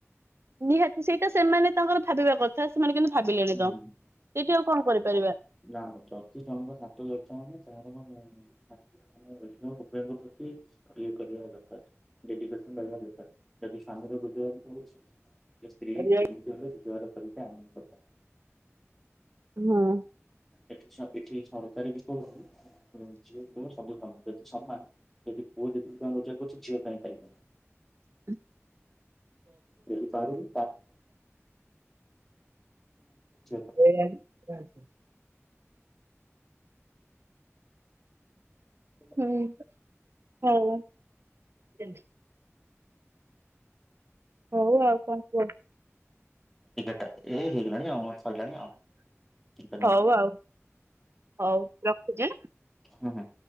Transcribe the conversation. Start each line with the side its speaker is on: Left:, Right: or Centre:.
Right: ନିହାତି ସେଇଟା ସେମାନେ ତାଙ୍କର ଭାବିବା କଥା ସେମାନେ କିନ୍ତୁ ଭାବିଲେନିତ
Centre: ହୁଁ
Right: ସେଇଠି ଆଉ କଣ କରିପାରିବା।
Centre: ନା ଯଦି ଜଣଙ୍କ ହାତ ଧରିଚ ମାନେ <inaudible> ମାନେ ରଖିବାକୁ <inaudible> ଏ କରିବା ଦରକାର ଡେଡିକେସନ ରହିବା ଦରକାର। ଯଦି ସ୍ୱାମୀର ରୋଜଗାର କମୁଛି ସ୍ତ୍ରୀ
Right: ହଁ
Centre: ସେମିତି କହିବ ରୋଜଗାର କରିକି ଆଣିକି ପକା।
Right: ନାଁ ଆ।
Centre: ଏଠି ଏଠି ସରକାର ବି କଉ, ଯ ଝିଅ ପୁଅ ସବୁ କାମ। ଯଦି ସମାନ, ଯଦି ପୁଅ ଯେତିକି କଣ ରୋଜଗାର କରୁଛି, ଝିଅ କାଇଁ ପାରିବନି?
Right: <unintelligible>
Centre: ଯଦି ପାରୁନି <unintelligible>
Right: <unintelligible>
Centre: <unintelligible>
Right: <unintelligible> ହଉ, ଆଉ କଣ କୁଅ?
Centre: ଏଗାରଟା ଏ ହେଇଗଲାଣି, ଆଉ ଆମ ସଇଲାଣି ଆଉ, ଟିକେ ରୁହନ୍ତୁ।
Right: ହଉ ଆଉ ହଉ, ରଖୁଚି ଆଁ।
Centre: ହୁଁ ହୁଁ।